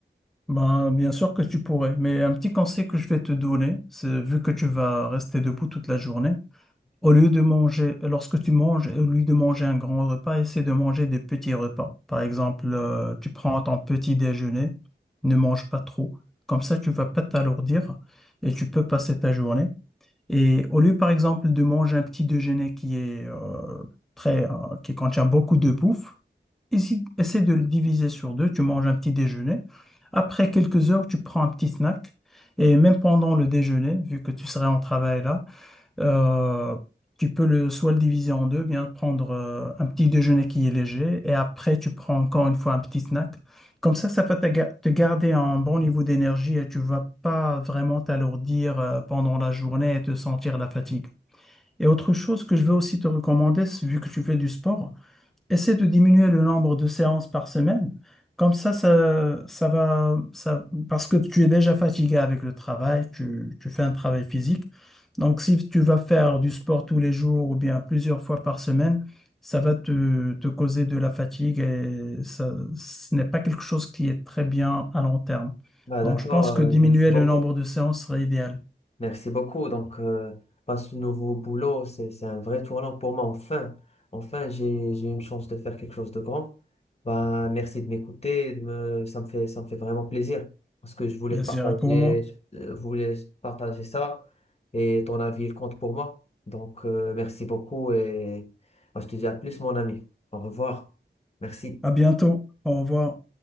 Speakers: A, in the centre; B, on the left.
A: Ben, bien sûr que tu pourrais, mais un petit conseil que je vais te donner, c'est vu que tu vas rester debout toute la journée, au lieu de manger, lorsque tu manges, au lieu de manger un grand repas, essaie de manger des petits repas. Par exemple, euh, tu prends ton petit déjeuner, ne mange pas trop. Comme ça, tu vas pas t'alourdir et tu peux passer ta journée. Et au lieu, par exemple, de manger un petit déjeuner qui est euh, très, euh, qui contient beaucoup de bouffe, Essaie essaie de le diviser sur deux. Tu manges un petit déjeuner. Après quelques heures, tu prends un petit snack. Et même pendant le déjeuner, vu que tu serais en travail là, euh, tu peux le, soit le diviser en deux, bien prendre euh, un petit déjeuner qui est léger. Et après, tu prends encore une fois un petit snack. Comme ça, ça va te, ga- te garder un bon niveau d'énergie et tu vas pas vraiment t'alourdir euh, pendant la journée et te sentir la fatigue. Et autre chose que je veux aussi te recommander, c'est- vu que tu fais du sport, Essaie de diminuer le nombre de séances par semaine. Comme ça, ça, ça va, ça, parce que tu es déjà fatigué avec le travail, tu, tu fais un travail physique. Donc, si tu vas faire du sport tous les jours ou bien plusieurs fois par semaine, ça va te, te causer de la fatigue et ça, ce n'est pas quelque chose qui est très bien à long terme.
B: Bah,
A: Donc,
B: d'accord,
A: je pense
B: euh,
A: que diminuer
B: merci beaucoup.
A: le nombre de séances serait idéal.
B: Merci beaucoup. Donc, euh, bah, ce nouveau boulot, c'est, c'est un vrai tournant pour moi. Enfin, enfin, j'ai, j'ai une chance de faire quelque chose de grand. Bah, merci de m'écouter. de me- Ça me fait, ça me fait vraiment plaisir parce que je voulais
A: Je
B: te
A: dirais
B: partager,
A: pour moi.
B: euh, voulais partager ça et ton avis, il compte pour moi. Donc, euh, merci beaucoup et bah, je te dis à plus, mon ami. Au revoir. Merci.
A: À bientôt. Au revoir.